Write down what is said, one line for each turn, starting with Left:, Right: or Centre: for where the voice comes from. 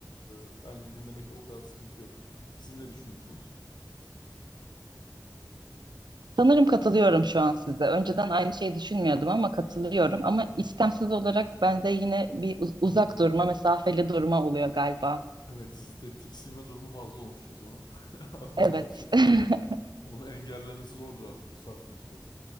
Left: e, bence dinlemekte o kadar sıkıntı yok. Siz ne düşünüyorsunuz?
Right: Sanırım katılıyorum şu an size.
Left: <clears throat>
Right: Önceden aynı şeyi düşünmüyordum ama katılıyorum. Ama istemsiz olarak bende yine bir uz-
Left: Hmm,
Right: uzak durma, mesafeli durma oluyor galiba.
Left: evet sizde tiksinme durumu fazla olmuş o zaman <laughs> adama
Right: Evet,
Left: karşı.
Right: <laughs>
Left: Onu engellemesi zordur artık bu saatten sonra.